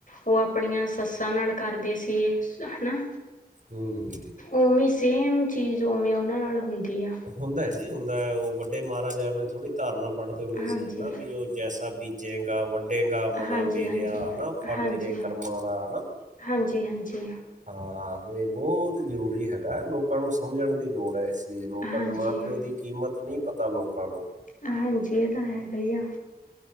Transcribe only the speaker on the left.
ਉਹ ਆਪਣੀਆਂ ਸੱਸਾਂ ਨਾਲ ਕਰਦੇ ਸੀ, ਹੈਨਾ।
ਉਵੇਂ ਸੇਮ ਚੀਜ਼ ਉਵੇਂ ਉਹਨਾਂ ਨਾਲ ਹੁੰਦੀ ਆ।
ਹਾਂਜੀ,
ਹਾਂਜੀ,
ਹਾਂਜੀ,
ਹਾਂਜੀ,
ਹਾਂਜੀ, ਹਾਂਜੀ।
ਹਾਂਜੀ,
ਹਾਂਜੀ, ਇਹ ਤਾਂ ਹੈਗਾ ਹੀ ਆ।